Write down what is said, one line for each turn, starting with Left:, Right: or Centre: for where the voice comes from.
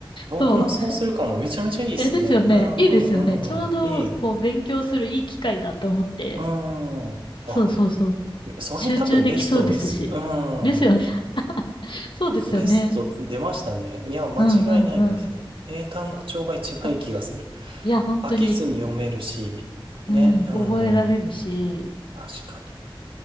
Right: 僕もそうするかも。
Left: そう。
Right: めちゃめちゃいいですね。
Left: え、ですよね。
Right: うん、
Left: いいですよね。
Right: うん、
Left: ちょうど、
Right: うん、うん。いい。
Left: こう、勉強するいい機会だと思って。
Right: うん。あ、
Left: そうそうそう。
Right: それ多分ベストです。
Left: 集中できそうですし。
Right: うん。
Left: ですよね。<laughs> そうですよね。
Right: ベスト出ましたね。いや、間違いないです。
Left: うんうんうん。
Right: 英単語帳が一番いい気がする。
Left: あいや、本当に。
Right: 飽きずに読めるし、ね、
Left: うん、
Right: うん、
Left: 覚えられるし、
Right: 確かに。